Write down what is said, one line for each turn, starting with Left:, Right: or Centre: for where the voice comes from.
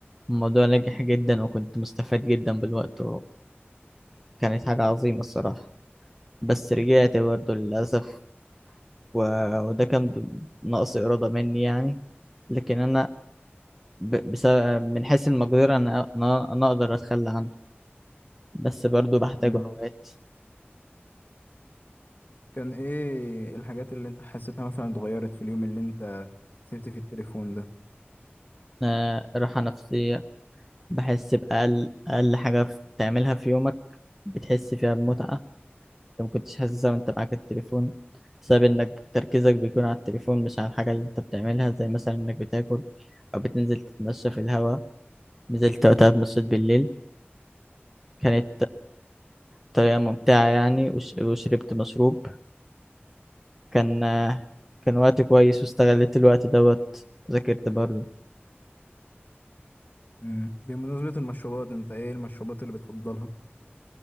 Centre: الموضوع نجح جدا وكنت مستفاد جدا بالوقت وكانت حاجة عظيمة الصراحة بس رجعت برضه للأسف و- وده كان ب- نقص إرادة مني يعني لكن أنا ب- بسبب من حيث المقدرة أنا أ- أنا أنا أقدر أتخلى عنه بس برضو بحتاجه
Left: امم
Centre: أوقات
Left: كان إيه الحاجات اللي أنت حسيتها مثلا اتغيرت في اليوم اللي أنت سبت فيه التليفون ده
Centre: آه، راحة نفسية بحس بأقل أقل حاجة في- تعملها في يومك بتحس فيها بمتعة أنت مكنتش حاسسها وأنت معاك التليفون بسبب إنك تركيزك بيكون على التليفون مش على الحاجة اللي أنت بتعملها زي مثلا إنك بتاكل أو بتنزل تتمشى في الهوا نزلت وقتها اتمشيت بالليل كانت بطريقة ممتعة يعني وش- وشربت مشروب كان آه، كان وقت كويس واستغليت الوقت دوت ذاكرت برضه
Left: مم. بمناسبة المشروبات انت ايه المشروبات اللي بتفضلها